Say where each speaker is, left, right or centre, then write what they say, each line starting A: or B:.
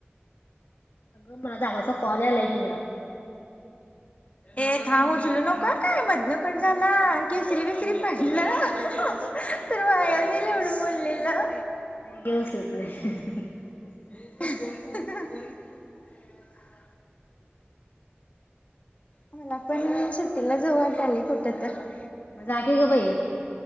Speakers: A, on the left; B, on the left.
A: अगं मला जावा अस कॉल यालाय कि ग,
B: ए थांब उचलू नको काय मधनकट झाला केसरी बीसरी पडलं <unintelligible>
A: नाही
B: वाया जाईल एवढं बोललेलं
A: गं उचलत
B: <unintelligible>
A: <unintelligible>
B: आम्हाला पण सुटीला जाऊ वाटायलंय कुठं तरी
A: मग जा कि गं बाई,